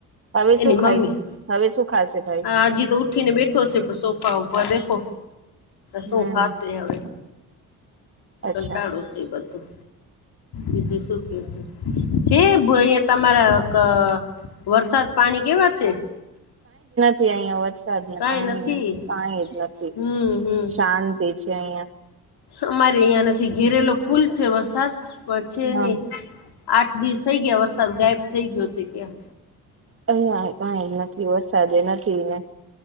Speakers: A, on the right; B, on the left.
A: હવે શું
B: એની
A: ખાઈશ
B: મમ્મી
A: હવે શું ખાશે ભાઈ
B: આજી તો ઉ ઉઠીને બેઠો છે, સોફા ઓફા દેખો
A: હમ
B: શોફાશે હવે
A: અચ્છા
B: કંટાળો છે, બધું બીજું સુું કે છે, જે ભણીએ તમારા ક વરસાદ પાણી કેવા છે?
A: થી અહિયાં વરસાદને
B: કઈ
A: પાણી
B: નથી
A: પાણી જ નથી
B: હમ હમ
A: શાંતિ છે, અહિયાં
B: અમારે અહિયાં નથી ઘેરેલો ફૂલ છે, વરસાદ પણ છે,
A: હા
B: નહી આઠ દિવસ થઇ ગયા વરસાદ ગાયબ થઈ ગયો છે, કયા
A: અહીંયા એ કાઈ નથી વરસાદે નથી ને.